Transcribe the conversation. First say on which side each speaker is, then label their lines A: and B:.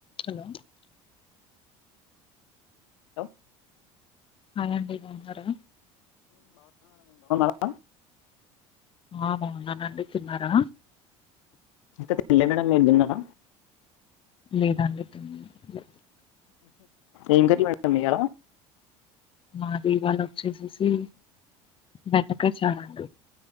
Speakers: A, on the left; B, on the left.
A: Hello
B: లో
A: hi అండి తిన్నారా
B: ఆ
A: ఆ బాగున్నాన్ అండి తిన్నారా
B: అయితే తినలే మేడం మీరు తిన్నారా
A: లేదండి తినలే
B: ఏం కర్రీ వండినమయ్య
A: మాదివాళ వచ్చేసేసి బెండకాయ చారు అండి